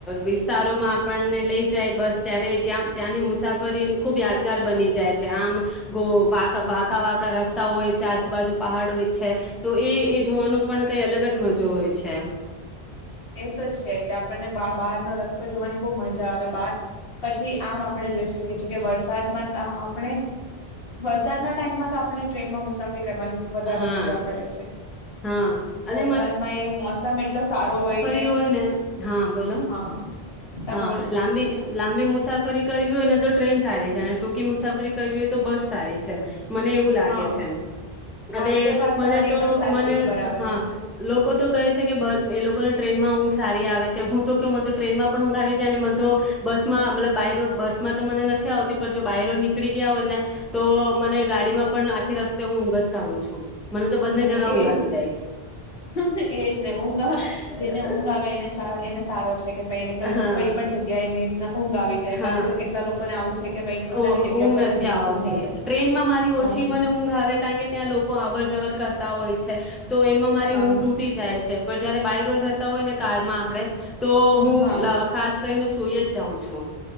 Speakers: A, in the centre; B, on the left (about 65°).
A: વિસ્તારોમાં આપણને લઈ જાય બસ ત્યારે ત્યાં ત્યાંની મુસાફરી ખુબ યાદગાર બની જાય છે, આમ વાકાવાકા રસ્તાઓ હોય છે આજુબાજુ પહાડો હોય છે, તો એ એ જોવાનું પણ કઈ અલગ જ મજો હોય છે એમ.
B: એ તો છે જ આપણને બા બહારનો રસ્તો જોવાની બહુ મજા આવે, બાર પછી આમ આપણે જોઈ શકીએ છીએ કે વર્ષ વરસાદમાં તા આપણે વરસાદના ટાઈમમાં તો આપણે ટ્રેનમાં મુસા ફરી કરવાની વધારે
A: હા
B: મજા પડે છે.
A: હા
B: વરસાદમાં
A: અને
B: એ મોસમ એટલો સારો હોય કે
A: રી હોયને હા બોલો
B: હા તમે
A: હા
B: બોલો
A: લાંબી લાંબી મુસાફરી કરવી હોય ને તો ટ્રેન સારી સે. અને ટૂંકી મુસાફરી કરવી હોય તો બસ સારી સે. મને એવું લાગે
B: હા
A: છે એમ.
B: હા
A: અને
B: એ વાત
A: મને
B: તમારી
A: તો
B: એકદમ સાચી
A: મને
B: છે બરાબર
A: હા
B: છે
A: લોકો તો કહે છે બ કે એ લોકોને ટ્રેન માં ઊંઘ સારી આવે છે. હું તો કેઉ મન તો ટ્રેનમાં પણ ઊંઘ આવી જાય અને મન તો બસ માં મતલબ બાય રોડ બસમાં તો મને નથી આવતી પણ જો બાયરોડ નીકળી ગયા હોય ને તો મને ગાડીમાં પણ આખી રસ્તે હું ઊંઘ જ કાઢું છું. મને તો બંને
B: હમ્મ
A: જગા
B: એજ,
A: ઊંઘ આવી
B: એજ‌ ને ઊંઘ અહ
A: જાય
B: જેને ઊંઘ આવે એને સા એને સારો છે કે ભાઈ એને ક
A: હા
B: કઈ પણ જગ્યા નીન ઊંઘ આવી જાય
A: હા
B: બાકી તો કેટલા લોકો ને આવું છે કે ભાઈ પોતાની
A: ઊ
B: જગ્યા
A: ઊંઘ
B: પર
A: નથી
B: જ ની
A: આવતી,
B: ઊંઘ આવે
A: ટ્રેનમાં મારી ઓછી
B: હા
A: મને ઊંઘ આવે કારણ કે ત્યાં લોકો આવર જવર કર તા હોય છે તો એમાં મારી
B: હા
A: ઊંઘ તૂટી જાય છે પણ જયારે બાય રોડ જતા હોય ને કારમાં આપડણે તો
B: હા
A: હું
B: હા
A: લ ખાસ કરીને સોઇજ જાઉ છુ.